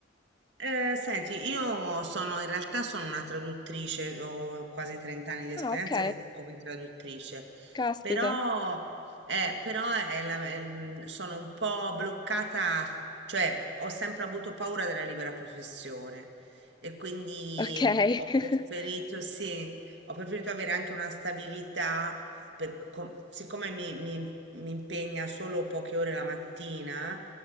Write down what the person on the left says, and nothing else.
Ah, ok.
Caspita,
ok.
<laughs>